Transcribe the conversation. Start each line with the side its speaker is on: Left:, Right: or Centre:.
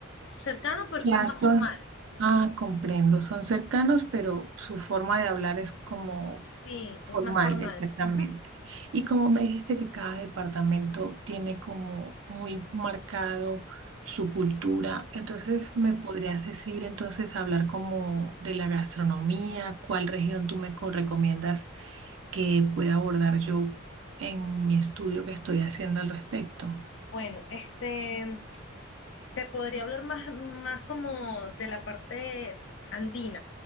Left: cercano, pero
Right: Ya
Left: son más
Right: son,
Left: formales.
Right: ah, comprendo, son cercanos, pero su forma de hablar es como
Left: Sí,
Right: formal,
Left: es más formal.
Right: exactamente.
Left: Ujú. sí.
Right: Y como me dijiste que cada departamento tiene como muy marcado su cultura, entonces me podrías decir, entonces, hablar como de la gastronomía, cuál región tú me co- recomiendas que pueda abordar yo en mi estudio que estoy haciendo al respecto.
Left: Bueno, este, te podría hablar más, más como de la parte andina,